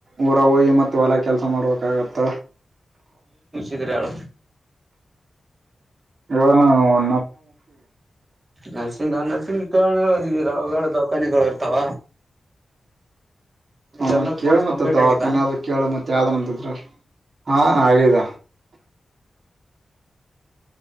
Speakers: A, on the right; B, on the right.
A: ಊರಾಗ್ ಹೋಗಿ ಮತ್ ಹೊಲ ಕೆಲ್ಸ! ಮಾಡ್ಬೇಕಾಗ್ತ್ತ.
B: ಇದ್ರ್ಯಳ.
A: ಅ ನಾವ್
B: ನರ್ಸಿಂಗ, ನರ್ಸಿಂಗ್ ಕ ನೀವ್ ಓದಿದಿರ ದಖಾನಿಗ್ಳ್ ಇರ್ತಾವ. ನಿಂದೆಲ್ಲಾ
A: ಹ ಕೇಳು
B: ಕೋರ್ಸ್
A: ಮತ್ತ
B: ಕಂಪ್ಲೀಟ್
A: ದವಾಖಾನೆದ್ರೆ
B: ಆಗಿದಾ
A: ಕೇಳು ಮತ್ತೆ ಯಾವ್ದ್ ಒಂದಿದ್ರ. ಹಾ ಹಾಗ್ಯದ.